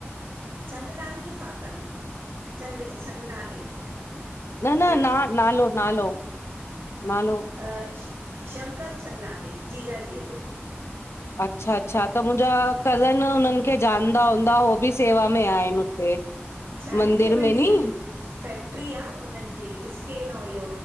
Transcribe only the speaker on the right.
चंगलानीअ सां तनि चंग छंगलानी।
फैक
अ श शंकर छंगलानी जीजाजीअ जो।
छा आहे न
की हुननि
जी
फैक्ट्री आ उन्हनि जी स्केल अंउं इह्यो